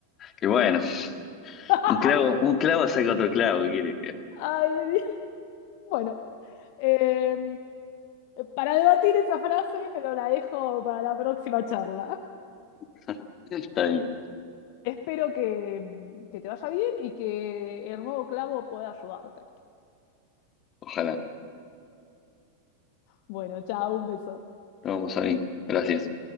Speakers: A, on the left; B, on the left.
A: Y bueno,
B: <laughs>
A: un clavo, un clavo saca otro clavo, ¿qué quieres que?
B: Ay, Dios. Bueno, eh, para debatir esa frase, pero la dejo para la próxima charla.
A: <laughs> Está bien,
B: Espero que, que te vaya bien y que el nuevo clavo pueda ayudarte.
A: ojalá.
B: Bueno, chao, un beso.
A: Nos vamos a ver. Gracias.